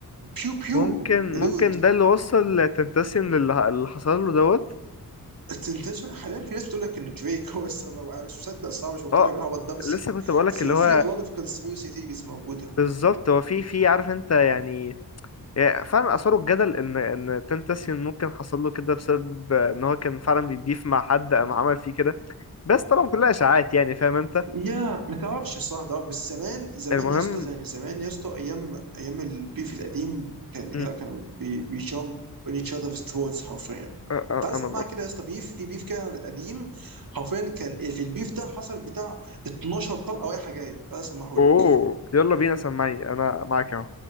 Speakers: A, on the right; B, on the left.
A: بيو بيو
B: ممكن
A: يا
B: ممكن
A: دود
B: ده اللي وصل تنتسيون للي اللي حصل له دوت
A: انت انت شو- حاليا في ناس بتقول لك ان دريك هو السبب انا مش مصدق الصراحه مش مقتنع
B: اه
A: بالعبط ده بس
B: لسه كنت بقولك
A: في
B: اللي هو
A: في a lot of conspiracy theories موجوده
B: بالظبط هو في في عارف انت يعني يعني فعلا اثاروا الجدل ان ان تنتسيون ممكن حصل له كده بسبب ان هو كان فعلا بيبيف مع حد قام عمل فيه كده بس طبعا كلها اشاعات يعني فاهم انت
A: يا ما تعرفش الصراحه تعرف بس زمان زمان
B: المهم
A: يا اسطى يعني زمان يا اسطى ايام ايام البيف القديم كان لا
B: مم.
A: كانوا بي- بيجامب on each other's throats حرفيا
B: أ- أ-
A: تعال
B: انا
A: سمعها كده يا اسطى بيف في بيف كده قديم حرفيا كان في البيف ده حصل بتاع 12 طلقه رايحه جايه تعال سمعه
B: اوه يلا بينا سمعني انا معاك اهو